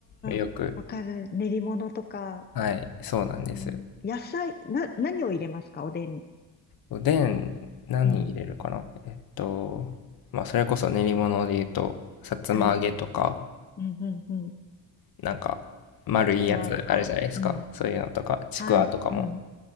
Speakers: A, on the left; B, on the left.
A: よく、
B: あ、わかる。練り物とか。
A: はい、そうなんです。
B: うん。野菜、な、何を入れますかおでんに。
A: おでん何入れるかなえっと、
B: うん。
A: まあそれこそ練り物で言うと、さつま揚げとか、
B: はい。うん、うん、うん。
A: なんか、丸いやつあるじゃないですか。
B: ちくわとか。うん。
A: そういうのとか、ちくわとかも
B: はい。うん。